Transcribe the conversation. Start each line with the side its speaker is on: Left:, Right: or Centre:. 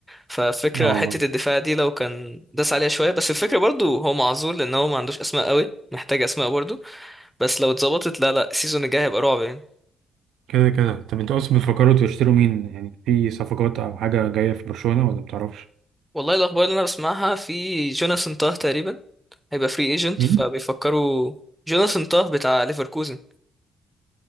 Centre: ففكرة
Right: اه
Centre: حتة
Right: والله
Centre: الدفاع دي لو كان داس عليها شوية بس الفكرة برضو هو معذور لأن هو ما عندوش أسماء قوي محتاج أسماء برضو بس لو اتظبطت لا لا السيزون الجاي هيبقى رعب يعني
Right: كده كده طب انتوا أصلا بتفكروا تشتروا مين يعني في صفقات أو حاجة جاية في برشلونة ولا متعرفش؟
Centre: والله الأخبار اللي أنا بسمعها في جوناثان تاه تقريبا هيبقى فري ايجنت
Right: مين؟
Centre: فبيفكروا جوناثان تاه بتاع ليفركوزن